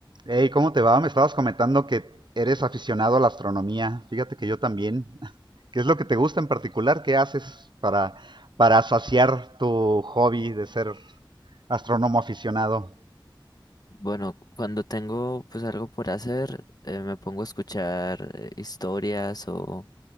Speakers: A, on the right (about 60°); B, on the left (about 50°).
A: Hey, ¿cómo te va? Me estabas comentando que eres aficionado a la astronomía. Fíjate que yo también. <laughs> ¿Qué es lo que te gusta en particular? ¿Qué haces para, para saciar tu hobby de ser astrónomo aficionado?
B: Bueno, cuando tengo pues algo por hacer, eh, me pongo a escuchar eh, historias o,